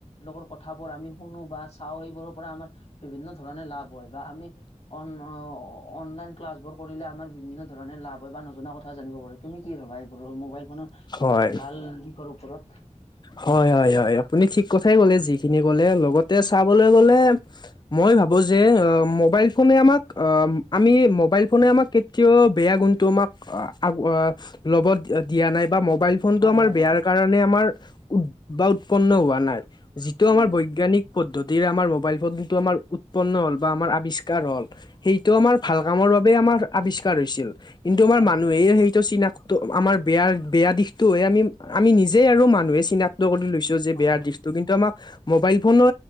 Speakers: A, on the left; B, on the left.
A: ৰ কথাবোৰ আমি শুনো বা চাওঁ সেইবোৰৰ পৰা আমাৰ বিভিন্ন সেই টো কাৰণে লাভ হয় আমি অনলাইন অঁ অনলাইন কালক্ৰমত ধৰণে লাভ হয় বা নজনা কথা জানিব পাৰা তুমি কি ভাবা এইবোৰৰ মোবাইল ফোনৰ
B: হয়
A: ভাল দিশৰ ওপৰত
B: হয় হয় হয় আপুনি ঠিক কথাই কলে যিখিনি কলে লগতে চাবলৈ গ'লে মই ভাবো যে মোবাইল ফোনে আমাক আমি মোবাইল ফোনে আমাক কেতিয়াও বেয়া অঁ তোমাক আঁ আঁ লগত দি দিয়া নাই বা মোবাইল ফোনটো
A: হয়,
B: আমাৰ
A: হয়,
B: বেয়াৰ
A: হয়।
B: কাৰণে আমাৰ বা উৎপন্ন হোৱা নাই যিটো
A: উম,
B: আমাৰ বৈজ্ঞানিক প যদি আমাৰ মোবাইল ফোনটো আমাৰ উৎপন্ন হ'ল বা আমাৰ আবিষ্কাৰ হ'ল সেইটো আমাৰ ভাল কামৰ বাবে আমাৰ আৱিষ্কাৰ হৈছিল। কিন্তু আমাৰ
A: হয়,
B: মানুহে
A: হয়,
B: সেইটো চিনাকো আমাৰ বেয়া বেয়া দিশতোে আমি আমি নিজে আৰু মানুহ চিনাক্ত কৰি লৈছো যে
A: হয়,
B: বেয়া দিশটো কিন্তু আমাক মোবাইল ফোনে